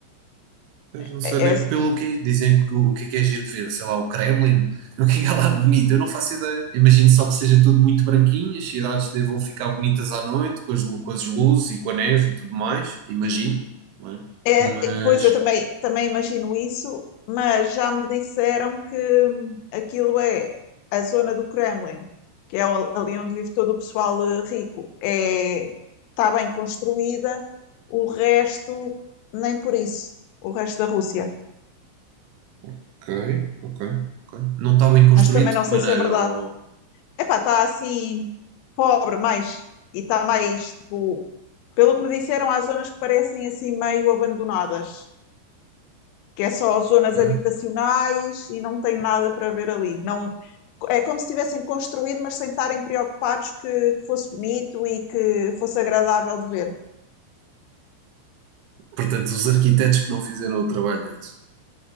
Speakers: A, on the right (about 80°); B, on the left (about 85°).
A: Pois não sei
B: É,
A: bem
B: é,
A: pelo quê. Dizem que o, o que é que é giro de ver, sei lá, o Kremlin, <laughs> o que é que há lá de bonito, eu não faço ideia. Imagino só que seja tudo muito branquinho, as cidades devam ficar bonitas à noite, com as, lu- com as luzes e com a neve e tudo mais, imagino, não é?
B: É,
A: Mas.
B: é, pois eu também, também imagino isso, mas já me disseram que hum, aquilo é a zona do Kremlin, que é o- ali onde vive todo o pessoal eh, rico. É, está bem construída, o resto nem por isso, o resto da Rússia.
A: Ok, ok, ok. Não está bem construído
B: Mas também
A: de
B: não
A: que
B: sei
A: maneira?
B: se é verdade.
A: Ou...
B: Epá, está assim pobre mais e está mais tipo, pelo que me disseram, há zonas que parecem assim meio abandonadas. que é só zonas
A: Ok.
B: habitacionais e não tem nada para ver ali. Não, é como se tivessem construído, mas sem estarem preocupados que fosse bonito e que fosse agradável de ver.
A: Portanto, os arquitetos que não fizeram o trabalho deles.